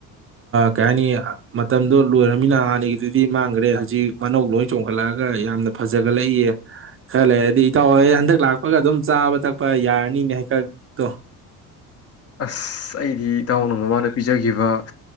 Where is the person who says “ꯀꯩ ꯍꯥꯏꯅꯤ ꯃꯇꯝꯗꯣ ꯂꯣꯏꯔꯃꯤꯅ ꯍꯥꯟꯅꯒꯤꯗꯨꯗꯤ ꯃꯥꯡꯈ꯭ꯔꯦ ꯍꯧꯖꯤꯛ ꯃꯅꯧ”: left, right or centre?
Right